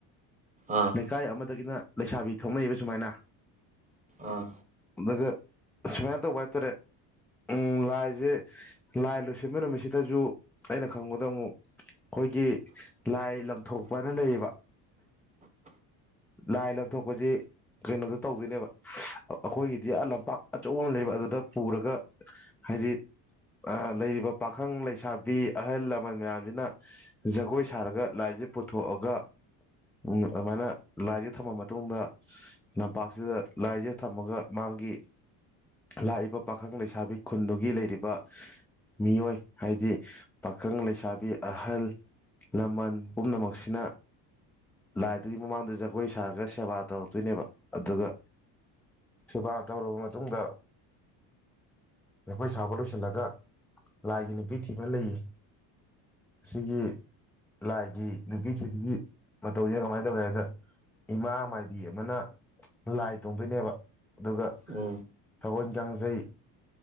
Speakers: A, on the right; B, in the centre.
A: ꯑꯥ
B: ꯂꯩꯀꯥꯏ ꯑꯃꯗꯒꯤꯅ ꯂꯩꯁꯥꯕꯤ ꯊꯣꯛꯅꯏꯕ ꯁꯨꯃꯥꯏꯅ
A: ꯑꯥ
B: ꯑꯗꯨꯒ ꯃꯅ ꯇꯧ ꯋꯥꯏ ꯇꯔꯦ ꯎꯝ ꯂꯥꯏꯁꯦ ꯂꯥꯏ ꯂꯣꯏꯁꯤꯟꯕ ꯅꯨꯃꯤꯠꯁꯤꯗꯁꯨ ꯑꯩꯅ ꯈꯪꯕꯗ ꯑꯃꯨꯛ ꯑꯩꯈꯣꯏꯒꯤ ꯂꯥꯏ ꯂꯝꯊꯣꯛꯄꯅ ꯂꯩꯕ ꯂꯥꯏ ꯂꯧꯊꯣꯛꯄꯁꯤ ꯀꯩꯅꯣꯗ ꯇꯧꯗꯣꯏꯅꯦꯕ ꯑꯩꯈꯣꯏꯒꯤꯗꯤ ꯂꯝꯄꯥꯛ ꯑꯆꯧꯕ ꯑꯃ ꯂꯩꯕ ꯑꯗꯨꯗ ꯄꯨꯔꯒ ꯍꯥꯏꯗꯤ ꯂꯩꯔꯤꯕ ꯄꯥꯈꯪ ꯂꯩꯁꯥꯕꯤ ꯑꯍꯜ ꯂꯃꯟ ꯃꯌꯥꯝꯁꯤꯅ ꯖꯒꯣꯏ ꯁꯥꯔꯒ ꯂꯥꯏꯁꯦ ꯄꯨꯊꯣꯛꯑꯒ ꯑꯗꯨꯃꯥꯏꯅ ꯂꯥꯏꯁꯦ ꯊꯝꯃ ꯃꯇꯨꯡꯗ ꯂꯝꯄꯥꯛꯁꯤꯗ ꯂꯥꯏꯁꯦ ꯊꯝꯃꯒ ꯃꯥꯒꯤ ꯂꯥꯛꯏꯕ ꯄꯥꯈꯪ ꯂꯩꯁꯥꯕꯤ ꯈꯨꯟꯗꯨꯒꯤ ꯂꯩꯔꯤꯕ ꯃꯤꯑꯣꯏ ꯍꯥꯏꯗꯤ ꯄꯥꯈꯪ ꯂꯩꯁꯥꯕꯤ ꯑꯍꯜ ꯂꯃꯟ ꯄꯨꯝꯅꯃꯛꯁꯤꯅ ꯂꯥꯏꯗꯨꯒꯤ ꯃꯃꯥꯡꯗ ꯑꯩꯈꯣꯏ ꯁꯥꯔꯒ ꯁꯦꯕꯥ ꯇꯧꯔꯛꯇꯣꯏꯅꯦꯕ ꯑꯗꯨꯒ ꯁꯦꯕꯥ ꯇꯧꯔꯕ ꯃꯇꯨꯡꯗ ꯑꯩꯈꯣꯏ ꯁꯥꯕ ꯂꯣꯏꯁꯤꯜꯂꯒ ꯂꯥꯏꯒꯤ ꯅꯨꯄꯤ ꯊꯤ ꯑꯃ ꯂꯩꯌꯦ ꯑꯁꯤꯒꯤꯒꯤ ꯂꯥꯏꯒꯤ ꯅꯨꯄꯤ ꯊꯤꯕꯒꯤ ꯃꯇꯧꯁꯤꯅ ꯀꯃꯥꯏꯅ ꯇꯧꯒꯦ ꯍꯥꯏꯕꯗ ꯏꯃꯥ ꯃꯥꯏꯕꯤ ꯑꯃꯅ ꯂꯥꯏ ꯇꯣꯡꯗꯣꯏꯅꯦꯕ ꯑꯗꯨꯒ
A: ꯎꯝ
B: ꯁꯒꯣꯜ ꯀꯥꯡꯖꯩ